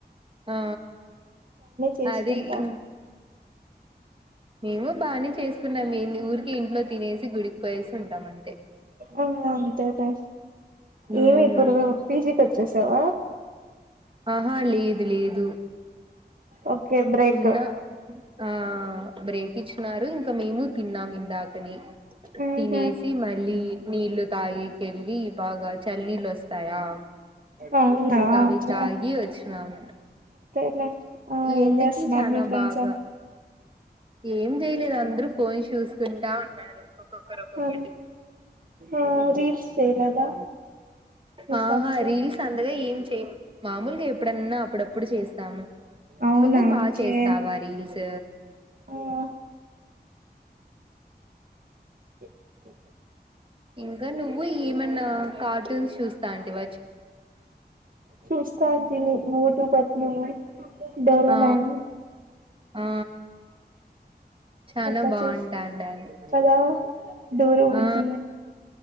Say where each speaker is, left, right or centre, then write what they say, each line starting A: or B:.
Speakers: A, on the right; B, on the right.
A: ఆ
B: చేసుకుంటాం
A: అది ఇ మేము బానే చేస్తున్నాం ఏ ఊరికె ఇంట్లో తినే <unintelligible> గుడికి పోయేసి ఉంటాం అంతే
B: అ అంతే టై
A: మ్మ్
B: ఏమి ఇప్పుడు పీజీకి వచ్చే సవ
A: ఆహా లేదు లేదు
B: ఓకే బ్రేక్
A: ఉన్న ఆ బ్రేక్ ఇచ్చినారు ఇంకా మేము తిన్నాం ఉందా అతని
B: ఉహు
A: తినేసి మళ్ళీ నీళ్లుు తాగికెళ్ళి బాగా చలినీళ్ళు వస్తాయా
B: అవునా
A: ఇంకా అవి
B: ఓకే
A: తాగి వచ్చినము
B: <unintelligible>
A: ఈ
B: ఏం
A: ఎండకి
B: చేస్తున్నారు
A: చనా
B: మీ ఫ్రెండ్స్
A: బాగా
B: అం
A: ఏం చేయలేదు అందరు ఫోన్ చూసుకుంటా ఉన్నారు ఒక్కొక్కరు ఒక్కొక్కటి
B: అవు ఆ రీల్స్లా చేయలేదా మీ
A: ఆహా
B: ఫ్రెండ్స్
A: రీల్స్ అంతగా ఏం చె మామూలుగా ఎప్పుడన్నా అప్పుడప్పుడు చేస్తాము
B: అవునా
A: నువ్వు బాగా
B: ఓకే
A: చేస్తావా రీల్స్
B: ఆ ఓ
A: ఇంకా నువ్వు ఏమన్నా కార్టూన్స్ చూస్తంటివ
B: చూస్తటీమ్ మోటు పత్ని దౌర
A: ఆ
B: మ్యాన్
A: ఆ చనా
B: అట్లా
A: బాగుంటాడా
B: చూస్
A: అది
B: కదా డోర బుజ్జి
A: ఆ